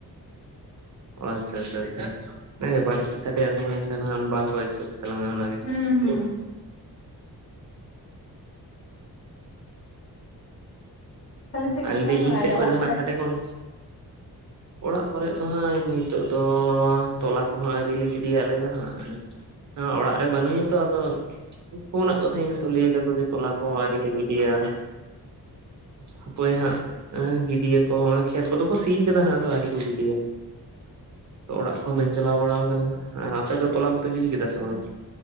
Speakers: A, on the right; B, on the left.
A: ᱚ ᱟᱪᱪᱷᱟ ᱟᱪᱪᱷᱟ ᱟᱪᱷᱟ ᱟᱪᱷᱟ ᱚᱱᱟᱜᱮ ᱵᱟᱹᱲᱛᱤ ᱥᱟᱰᱮ ᱟᱡᱚᱢ ᱞᱮᱱᱠᱷᱟᱱ ᱦᱟᱸᱜ ᱵᱟᱝᱠᱚ ᱠᱚ ᱮᱠᱥᱮᱯᱴ ᱛᱟᱞᱟᱝᱼᱟ ᱚᱱᱟᱜᱮ
B: ᱦᱩᱸ
A: <unintelligible>
B: ᱦᱩᱸ ᱛᱟᱦᱞᱮ ᱪᱮᱫ ᱠᱚᱯᱮ
A: ᱟ ᱞᱟᱹᱭᱫᱟᱹᱧ
B: ᱠᱟᱹᱢᱤ ᱵᱟᱲᱟᱭᱮᱫᱟ
A: ᱤᱧ ᱥᱮᱜ ᱠᱷᱚᱱ
B: ᱚᱲᱟᱜ
A: ᱡᱟᱦᱟᱱᱟᱜ
B: ᱠᱚᱨᱮ
A: ᱥᱟᱰᱮ ᱠᱚᱢ <inaudible> ᱚᱲᱟᱜ ᱠᱚᱨᱮᱜ ᱫᱚ ᱦᱟᱸᱜ ᱱᱤᱛᱚᱜ ᱫᱚ ᱛᱚᱞᱟ ᱠᱚᱦᱚᱸ ᱟᱹᱣᱨᱤ ᱞᱮ ᱜᱤᱰᱤᱭᱟ ᱟᱞᱮ ᱫᱚ ᱦᱟᱸᱜ ᱦᱮᱸ ᱚᱲᱟᱜ ᱨᱮ ᱵᱟᱹᱱᱩᱧᱟᱛᱚ ᱟᱫᱚ ᱯᱷᱳᱱᱟᱜ ᱠᱚ ᱛᱟᱦᱮᱸᱤᱧ ᱞᱮᱭ ᱫᱟᱠᱚ ᱡᱮ ᱛᱚᱞᱟ ᱠᱚ ᱟᱹᱣᱨᱤ ᱞᱮ ᱜᱤᱰᱤᱭᱟ, ᱦᱟᱯᱳᱭ ᱦᱟᱸᱜ ᱦᱮᱸ ᱜᱤᱰᱤᱭᱟᱠᱚ ᱦᱚᱸᱜ-ᱚᱭ ᱠᱷᱮᱛ ᱠᱚᱫᱚ ᱠᱚ ᱥᱤ ᱠᱟᱫᱟ ᱦᱟᱸᱜ ᱟᱫᱚ ᱟᱹᱣᱨᱤ ᱠᱚ ᱜᱤᱰᱤᱭᱟ ᱟᱫᱚ ᱚᱲᱟᱜ ᱠᱚᱦᱚᱸ ᱵᱟᱹᱧ ᱪᱟᱞᱟᱣ ᱵᱟᱲᱟᱣ ᱠᱟᱱᱟ ᱮ ᱟᱯᱮ ᱫᱚ ᱛᱚᱞᱟ ᱠᱚᱯᱮ ᱜᱤᱰᱤ ᱠᱮᱫᱟ ᱥᱮ ᱵᱟᱝ